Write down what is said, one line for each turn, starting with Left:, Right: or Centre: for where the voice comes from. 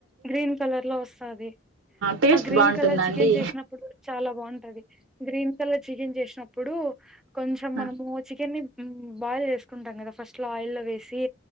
Centre: గ్రీన్ కలర్ లో వస్తాది
Right: టేస్ట్
Centre: ఆ గ్రీన్
Right: బాగుంటుందండి
Centre: కలర్ చికెన్ చేసినప్పుడు చాలా బాగుంట ది గ్రీన్ కలర్ చికెన్ చేసినప్పుడు కొంచెం
Right: ఆ
Centre: మనము చికెన్ని బాయిల్ చేసుకుంటాం కదా ఫస్ట్ లో ఆయిల్ వేసి